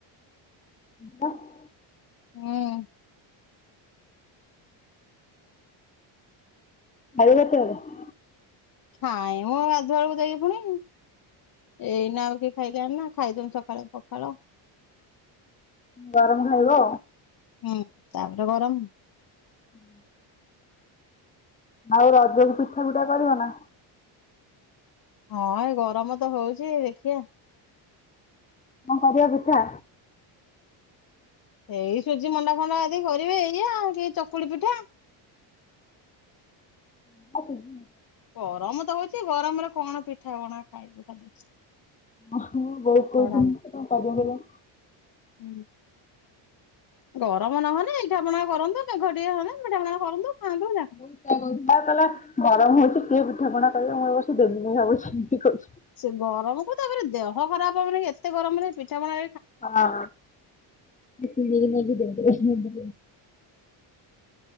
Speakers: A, on the left; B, on the left.
A: ହଁ ପା।
B: ହୁଁ।
A: ଖାଇବ କେତେବେଳେ।
B: ଖାଏ ମୁଁ ଗାଧୁଆଳକୁ ଯାଇକି ଫୁଣି। ଏଇନା ଆଉ କିଏ ଖାଇଲାଣି ନା ଖାଇଥିନୁ ସକାଳେ ପଖାଳ।
A: ଗରମ ଖାଇବ।
B: ହୁଁ ତାପରେ ଗରମ।
A: ହୁଁ। ଆଉ ରଜକୁ ପିଠା-ପିଠା କରିବ ନା?
B: ହଁ ଏ ଗରମ୍ ତ ହଉଚି ଦେଖିଆ।
A: କଣ କରିବ ପିଠା।
B: ଏଇ ସୁଜି ମଣ୍ଡା ଫଣ୍ଡା ଆଦି କରିବି ଏଇଆ କି ଚକୁଳି ପିଠା।
A: <inaudible>
B: ଗରମ୍ ତ ହଉଚି ଗରମ୍ ରେ କଣ ପିଠା ପଣା। ଖାଇବୁ ଖାଲି
A: ଓହୋ ବହୁତ୍ କହିଦେଲି
B: ଗରମ
A: ତ କଣ କରିବି ଏଇନା?
B: <unintelligible> ଗରମ୍ ନହେନେ ପିଠାପଣା କରନ୍ତୁ ମେଘ ଟିକେ ହୁଅନ୍ତା ପିଠାପଣା କରନ୍ତୁ ଖାଆନ୍ତୁ <unintelligible>
A: ଏଇଆ କହୁଥିଲା କଲା ଗରମ୍ ହଉଚି କିଏ ପିଠାପଣା କରିବ ମୁଁ ଏ ବର୍ଷ ଦେବିନି ଭାବୁଛି ଏମିତି କହୁଛି।
B: ସେ ଗରମକୁ ତାପରେ ଦେହ ଖରାପ ହବନିକି ଏତେ ଗରମରେ ପିଠା ପଣା
A: ହଁ-ହଁ <unintelligible> କୁ ନେଇକି ଦେଇ ଦେବେ <unintelligible>